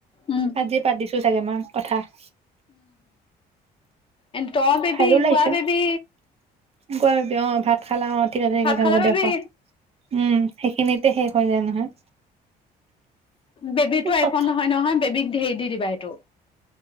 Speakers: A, on the left; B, on the right.
A: উম
B: আজি পাতিছোঁ। চাগে মই কথা। <inaudible>
A: এণ্ড ত বেবী
B: ভালো লাগিছে
A: কোৱা বেবী।
B: কোৱা বেবী অ ভাত খালা অ ঠিক আছে তেন্তে
A: খালা
B: হ'ব দিয়া
A: বেবি
B: খোৱা। উম সেইখিনিতে শেষ হৈ যায় নহয়।
A: বেবীতো আই
B: কথা
A: ফোন নহয় নহয় বেবীক হেৰি দি দিবা এইটো।